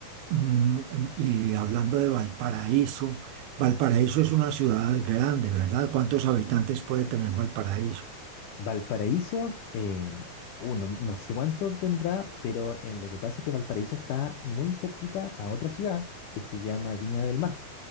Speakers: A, on the right; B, on the left.
A: Mm, Y hablando de Valparaíso, Valparaíso es una ciudad grande, ¿verdad? ¿Cuántos habitantes puede tener Valparaíso?
B: Valparaíso, eh, uh, no, no sé cuánto tendrá, pero eh, lo que pasa es que Valparaíso está muy cerquita a otra ciudad que se llama Viña del Mar.